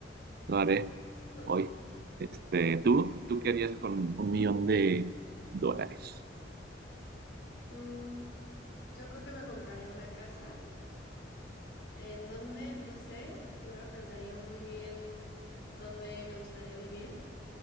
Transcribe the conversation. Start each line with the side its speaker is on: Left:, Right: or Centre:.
Right: lo haré
Left: <laughs>
Right: hoy. Este, ¿tú? ¿Tú qué harías con un millón de dólares?
Left: Mm, yo creo que me compraría una casa ¿En donde No sé. Primero pensaría muy bien dónde me gustaría vivir.